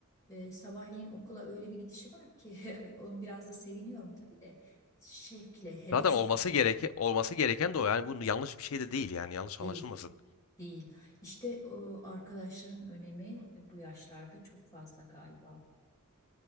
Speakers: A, on the left; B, on the left.
A: Ee, sabahleyin okula öyle bir gidişi var ki <laughs> onun biraz da seviniyorum tabii de şevkle, hevesle
B: Zaten olması gereke
A: gidiyor
B: olması gereken de o. Yani bu yanlış bir şey de değil yani yanlış
A: değil.
B: anlaşılmasın.
A: Değil. İşte o arkadaşların önemi e, bu yaşlarda çok fazla galiba.